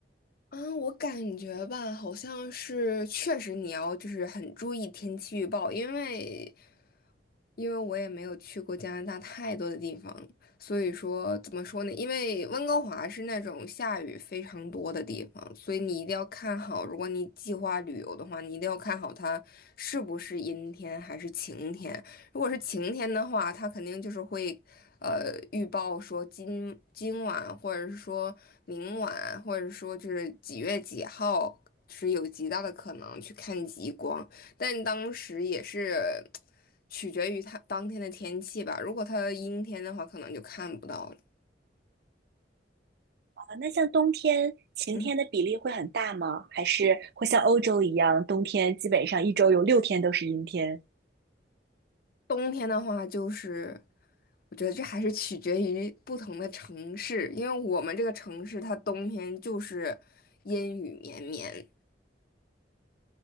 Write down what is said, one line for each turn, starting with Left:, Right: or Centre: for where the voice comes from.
Left: 啊，我感觉吧，好像是确实你要就是很注意天气预报，因为因为我也没有去过加拿大太多的地方，所以说怎么说呢？因为温哥华是那种下雨非常多的地方，所以你一定要看好，如果你计划旅游的话，你一定要看好它是不是阴天还是晴天。如果是晴天的话，它肯定就是会，呃，预报说今今晚或者是说明晚，或者说就是几月几号是有极大的可能去看极光。但当时也是。取决于它当天的天气吧。如果它阴天的话，可能就看不到了。
Right: 啊，那像冬天晴天的比例会很大吗？
Left: 嗯，
Right: 还是会像欧洲一样，冬天基本上一周有六天都是阴天？
Left: 冬天的话，就是我觉得这还是取决于不同的城市，因为我们这个城市它冬天就是阴雨绵绵，